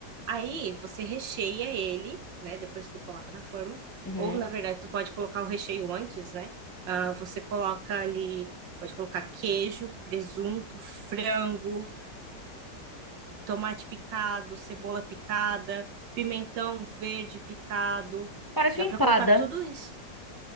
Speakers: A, on the right; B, on the left.
A: Aí você recheia ele, né? Depois que tu coloca na forma.
B: Uhum.
A: Ou, na verdade, tu pode colocar o recheio antes, né? Ah, você coloca ali, pode colocar queijo, presunto, frango tomate picado, cebola picada, pimentão verde picado.
B: Parece
A: Dá
B: uma
A: pra
B: empada.
A: colocar tudo isso.